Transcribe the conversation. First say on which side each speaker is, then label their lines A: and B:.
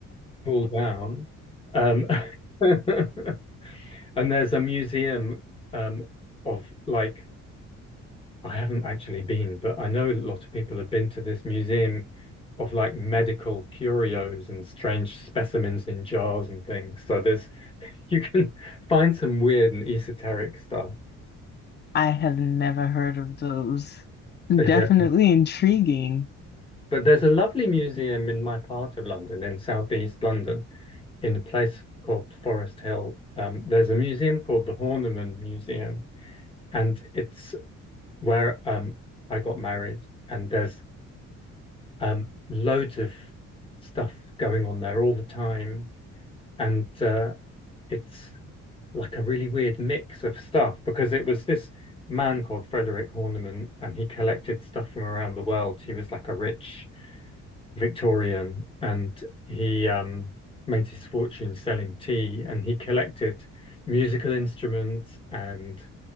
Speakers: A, on the left; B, on the left.
A: cool down. Um, <laughs> and there's a museum um, of like I haven't actually been, but I know a lot of people have been to this museum of like medical curios and strange specimens in jars and things. So there's you can <laughs> find some weird and esoteric stuff.
B: I have never heard of those.
A: Yeah.
B: Definitely intriguing.
A: But there's a lovely museum in my part of London, in southeast London, in a place called Forest Hill. Um, there's a museum called the Horniman Museum, and it's where um, I got married. And there's Um, loads of stuff going on there all the time, and uh, it's like a really weird mix of stuff because it was this man called Frederick Horniman, and he collected stuff from around the world. He was like a rich Victorian, and he um, made his fortune selling tea, and he collected musical instruments and